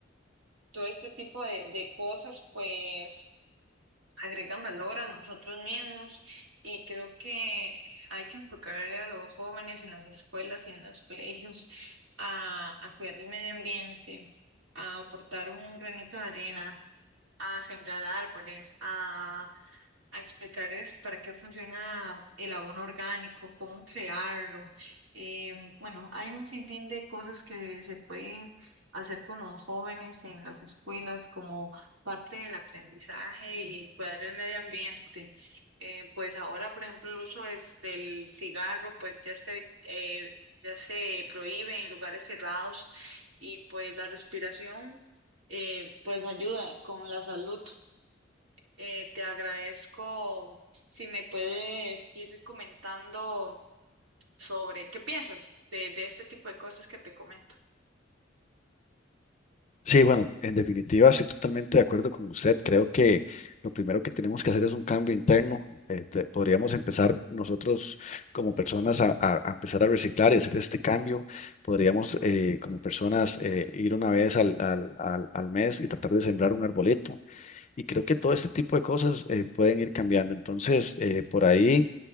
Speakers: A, on the right; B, on the left.
A: Todo este tipo de, de cosas pues agregan valor a nosotros mismos y creo que hay que inculcarle a los jóvenes en las escuelas y en los colegios a, a cuidar el medio ambiente, a aportar un granito de arena, a sembrar árboles, a a explicarles para qué funciona el abono orgánico, cómo crearlo. Em, bueno, hay un sinfín de cosas que se pueden hacer con los jóvenes en las escuelas como parte del aprendizaje y cuidar el medio ambiente. Eh, pues ahora, por ejemplo, el uso es del cigarro, pues ya este, eh, ya se prohíbe en lugares cerrados y pues la respiración, eh, pues ayuda con la salud. Eh, te agradezco si me puedes ir comentando sobre qué piensas de, de este tipo de cosas que te comento.
B: Sí, bueno, en definitiva estoy totalmente de acuerdo con usted. Creo que lo primero que tenemos que hacer es un cambio interno. Eh, te- podríamos empezar nosotros como personas a, a- a empezar a reciclar y hacer este cambio. Podríamos eh, como personas eh, ir una vez al, al, al, al mes y tratar de sembrar un arbolito. Y creo que todo este tipo de cosas eh, pueden ir cambiando. Entonces, eh, por ahí...